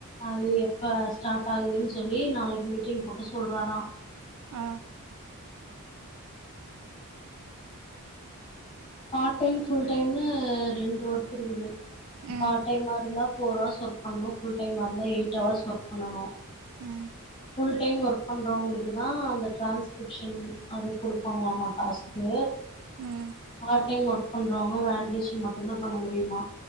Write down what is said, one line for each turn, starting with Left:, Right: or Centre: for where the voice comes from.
Left: அது எப்ப ஸ்டார்ட் ஆகுதுனு சொல்லி நாளைக்கி மீட்டிங் போட்டு சொல்றாரா
Right: ஆ
Left: பார்ட் டைம் ஃபுல் டைம்னூ ரெண்டு ஒர்க் இருக்குது
Right: ம்
Left: பார்ட் டைமாருந்தா ஃபோர் ஹார்ஸ் ஒர்க் பண்ணணு ஃபுல் டைமாருந்தா எயிட் அவர்ஸ் ஒர்க் பண்ணணு
Right: ம்
Left: ஃபுல் டைம் ஒர்க் பண்றவங்களுக்குதா அந்த ட்ரான்ஸ்கிரிப்ஷன் அது கொடுப்பாங்களாமா டாஸ்க்கூ
Right: ம்
Left: பார்ட் டைம் ஒர்க் பண்றவங்க வேலிடேஷன் மட்டுந்தா பண்ண முடியுமா